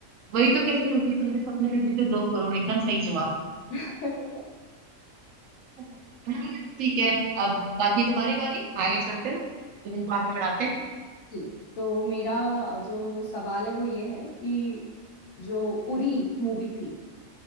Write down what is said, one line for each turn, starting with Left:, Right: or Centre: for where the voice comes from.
Left: बट-
Right: वही तो कह रही हूँ कि तुमने सपने में जीते दो करोड़ एकदम सही जवाब
Left: <laughs>
Right: <laughs> ठीक है अब बाकी तुम्हारी बारी आगे चलते हैं फिल्म को आगे बढ़ाते हैं
Left: जी तो मेरा जो सवाल है वो ये है कि जो उरी मूवी थी